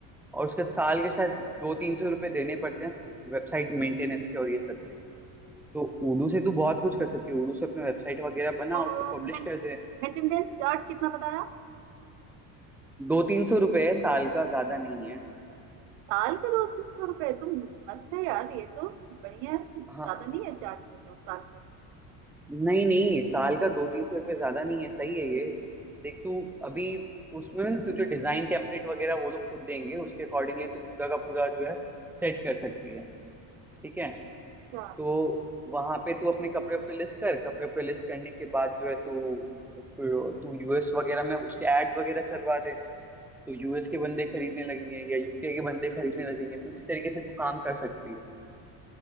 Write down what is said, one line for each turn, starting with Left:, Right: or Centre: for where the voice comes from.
Centre: और उसके साल के शायद दो तीन सौ रुपए देने पड़ते हैं वेबसाइट मेंटेनेंस के और ये सब के तो उर्दू से तू बहुत कुछ कर सकती है उर्दू से अपने वेबसाइट वगैरह बना
Right: तो
Centre: और उसको पब्लिश कर दे
Right: मेंटेनेंस चार्ज कितना बताया
Centre: दो तीन सौ रुपए है साल का ज्यादा नहीं है
Right: साल के दो तीन सौ रुपए तो मस्त है यार ये तो बढ़िया है ज्यादा
Centre: हाँ
Right: नहीं है चार्ज के दो साल का
Centre: नहीं नहीं साल का दो तीन सौ रुपये ज्यादा नहीं है सही है ये देख तू अभी उसमें ना तुझे डिजाइन टेम्पलेट वगैरह वो लोग खुद देंगे उसके अकॉर्डिंगली तू पूरा का पूरा जो है सेट कर सकती है ठीक है
Right: अच्छा
Centre: तो वहां पे तू अपने कपड़े पे लिस्ट कर कपड़े पे लिस्ट करने के बाद जो है तू तू यूएस वगैरह में उसके एड्स वगैरह चलवा दे तो यूएस के बंदे खरीदने लगेंगे या यूके के बंदे खरीदने लगेंगे तो इस तरीके से तू काम कर सकती है